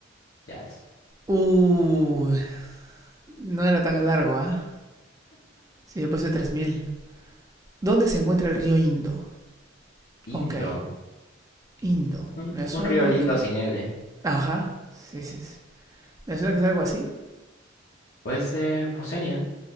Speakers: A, on the left; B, on the right.
A: Ya.
B: Uh, no era tan largo, ¿ah? Sí, yo puse 3000. ¿Dónde se encuentra el río Indo?
A: Lindo.
B: Ok, Indo.
A: Un,
B: Me suena
A: un río lindo
B: que...
A: sin L.
B: Ajá, sí, sí, sí. Me suena que es algo así.
A: Puede ser Oceanía.